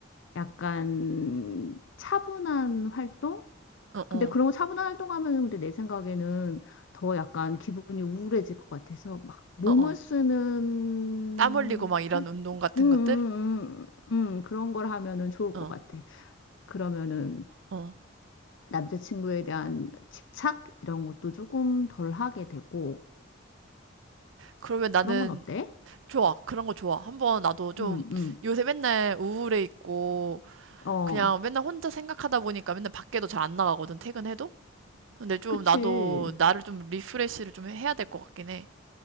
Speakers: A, on the left (about 70°); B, on the right (about 75°).
A: 약간 차분한 활동?
B: 어,
A: 근데
B: 어,
A: 그런 거 차분한 활동하면은 근데 내 생각에는 더 약간 기분이 우울해질 것 같아서 막 몸을
B: 어, 어.
A: 쓰는
B: 땀 흘리고 막 이런
A: 활,
B: 운동 같은
A: 음, 음,
B: 것들?
A: 음, 음, 음, 그런 걸 하면은 좋을
B: 어,
A: 것 같아. 그러면은
B: 어.
A: 남자친구에 대한 집착 이런 것도 조금 덜 하게 되고
B: 그러면 나는
A: 그런 건 어때?
B: 좋아. 그런 거 좋아. 한번 나도 좀
A: 음, 음,
B: 요새 맨날 우울해 있고
A: 어,
B: 그냥 맨날 혼자 생각하다 보니까 맨날 밖에도 잘 안 나가거든, 퇴근해도? 근데 좀
A: 그치.
B: 나도 나를 좀 리프레시를 좀 해야 될 것 같긴 해.